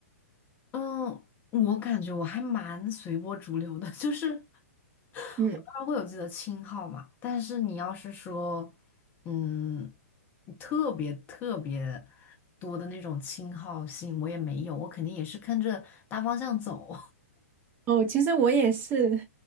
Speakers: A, on the left; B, on the right.
A: 嗯，我感觉我还蛮随波逐流的，<laughs> 就是
B: 嗯，
A: 我当然会有自己的亲号嘛，但是你要是说，嗯，特别特别多的那种亲好性，我也没有，我肯定也是跟着大方向走，
B: 哦，其实我也是，